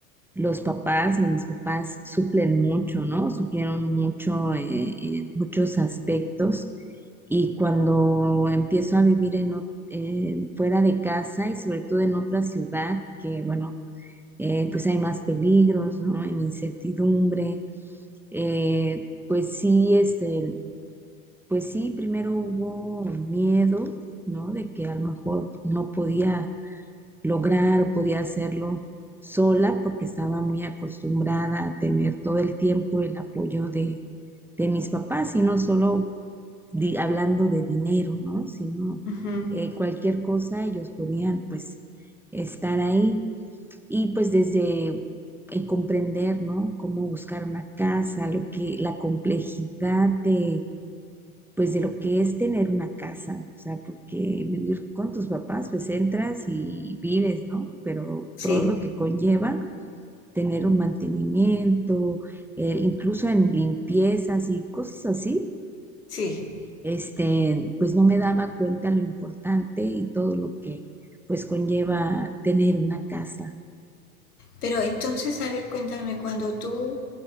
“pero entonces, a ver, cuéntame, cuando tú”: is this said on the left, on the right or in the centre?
Left